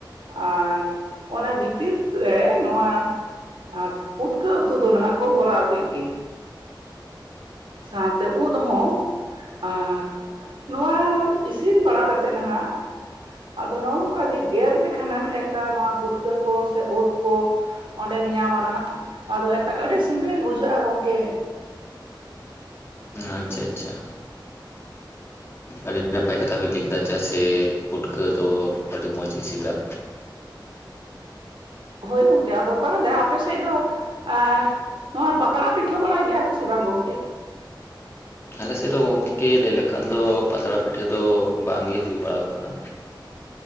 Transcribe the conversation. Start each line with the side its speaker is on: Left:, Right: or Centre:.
Right: ᱟᱸ ᱚᱱᱟ ᱵᱷᱤᱛᱤᱛ ᱨᱮ ᱱᱚᱣᱟ ᱟᱸ ᱯᱩᱴᱠᱟᱹ ᱩᱛᱩ ᱫᱚ ᱱᱟᱦᱟᱜ ᱠᱚ ᱵᱷᱚᱨᱟᱣ ᱠᱮᱜ ᱜᱮ᱾ ᱥᱟᱶᱛᱮ ᱩᱫᱽ ᱦᱚᱸ᱾ ᱟᱨ ᱱᱚᱣᱟ ᱤᱥᱤᱱ ᱵᱟᱲᱟ ᱠᱟᱛᱮ ᱱᱟᱦᱟᱸᱜ᱾ ᱟᱫᱚ ᱱᱚᱝᱠᱟ ᱜᱮ ᱜᱮᱨ ᱞᱮᱠᱷᱟᱱᱮᱢ ᱮᱠᱟ ᱱᱚᱣᱟ ᱯᱩᱴᱠᱟᱹ ᱠᱚ ᱥᱮ ᱳᱛ ᱠᱚ ᱚᱸᱰᱮᱢ ᱧᱟᱢᱟ ᱱᱟᱦᱟᱜ ᱟᱫᱚ ᱮᱠᱟ ᱟᱹᱰᱤ ᱥᱤᱵᱤᱞ ᱵᱩᱡᱷᱟᱹᱜᱼᱟ ᱜᱚᱢᱠᱮ᱾
Left: ᱟᱸᱪᱷᱟ ᱟᱪᱪᱷᱟ᱾ ᱟᱹᱰᱤ ᱱᱟᱯᱟᱭ ᱠᱟᱛᱷᱟ ᱵᱤᱱ ᱞᱟᱹᱭ ᱠᱮᱫᱟ ᱪᱟᱜ ᱥᱮ ᱯᱩᱴᱠᱟᱹ ᱫᱚ ᱟᱹᱰᱤ ᱢᱚᱸᱡᱽ ᱜᱮ ᱥᱤᱵᱤᱞᱟ᱾
Right: ᱦᱳᱭ ᱜᱚᱝᱠᱮ ᱟᱫᱚ ᱛᱟᱦᱚᱞᱮ ᱟᱯᱮ ᱥᱮᱡ ᱫᱚ ᱟ ᱱᱚᱣᱟ ᱯᱟᱛᱲᱟ ᱯᱤᱴᱷᱟᱹ ᱵᱟᱲᱟᱭ ᱜᱮᱭᱟ ᱠᱚ ᱥᱮ ᱵᱟᱝ ᱜᱚᱝᱠᱮ?
Left: ᱟᱞᱮ ᱥᱮᱫᱚ ᱜᱚᱝᱠᱮ ᱞᱟᱹᱭ ᱞᱮᱠᱷᱟᱱ ᱫᱚ ᱯᱟᱛᱲᱟ ᱯᱤᱴᱷᱟᱹ ᱫᱚ ᱵᱟᱝ ᱜᱮ ᱦᱩᱭ ᱵᱟᱲᱟᱣ ᱠᱟᱱᱟ᱾
Right: <inaudible>